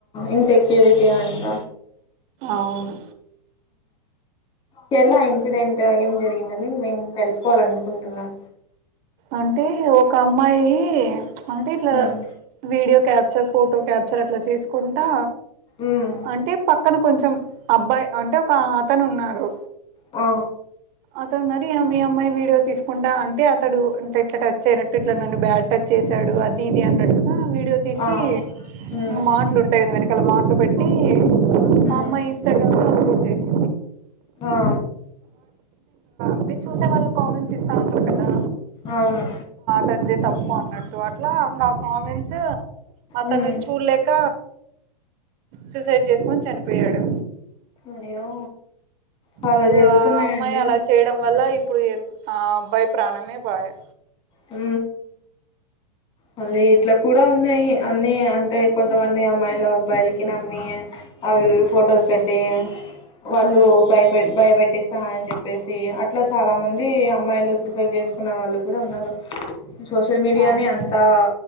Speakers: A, on the left; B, on the right.
A: ఇన్సెక్యూరిటీ అంట
B: అవును
A: కేరళ ఇన్సిడెంట్ ఏం జరిగిందండి మేము తెలుసుకోవాల అనుకుంటున్నాం
B: అంటే ఒక అమ్మాయి అంటే ఇట్లా
A: ఉమ్
B: వీడియో క్యాప్ ఫోటో క్యాప్చర్ అట్లా చేసుకుంటా
A: ఉమ్
B: అంటే పక్క అక్కడ కొంచెం అబ్బాయి అంటే ఒక అతను ఉన్నాడు
A: ఆ
B: అతడు మరి మీ అమ్మాయి వీడియో తీసుకుంటా అంటే అతడు అంట ఇట్లా టచ్ చేయనట్టు ఇట్లా నన్ను బ్యాడ్ టచ్ చేసాడు అది ఇది అన్నట్టుగా వీడియో తీసి
A: ఆ ఉమ్
B: ఇంకా మాటలుంటాయి కదా వెన క్కల మాట్లు పెట్టి మా
A: ఉమ్
B: అమ్మాయి ఇన్స్టా్రామ్ లో అప్లోడ్ చేసి
A: ఆ
B: అది చూసే వాళ్ళ కామెంట్స్ ఇస్తా ఉంటారు కదా
A: అవును
B: తండ్రి తప్పు పన్నటు అట్లా ఫమెస్ అతను
A: ఉమ్
B: చూడలేక సూసైడ్ చేసుకొని చనిపోయాడు
A: అయ్యో చాలా
B: ఇప్పుడు
A: జరుగుతున్నాయండి
B: ఆ అమ్మాయి అలా చేయడం వల్ల ఇప్పుడు ఎ అబ్బాయి ప్రాణమే పోయా
A: ఉ మళీ ఇట్లా కూడా ఉన్నాయి అన్నిీ అంటే కొంతమంది అమ్ మ మాైలో మొబైలికి అమ్మీ ఆ ఫోటోస్ పెటి వాళ్ళు నువ్ భయపెట్ భయపెట్టిస్తా అని చెప్పేసి అట్లా చాలా మంది అమ్మాయిలు రూపాయి చేసుకున్న వాళ్ళు కూడా ఉన్నారు ఈ సోషల్ మీడియా
B: అవును
A: నే అంత్ ఆ